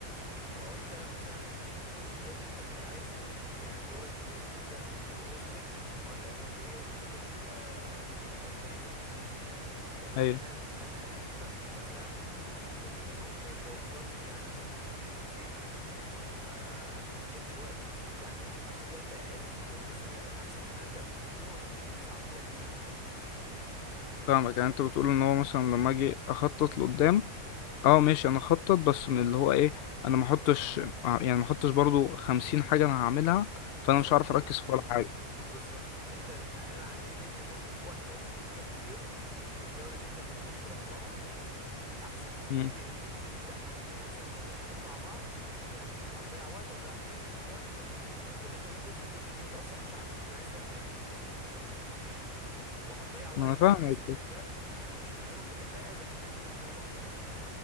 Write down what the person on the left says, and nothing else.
ايوه
فاهمك يعني انت بتقول ان هو مثلا لما اجي اخطط لقدام اه ماشي انا اخطط بس من اللي هو ايه انا ما احطش آه، يعني ما احطش برضو خمسين حاجة انا هعملها
فانا مش هعرف اركز في ولا حاجة
مم.
ما انا فاهمك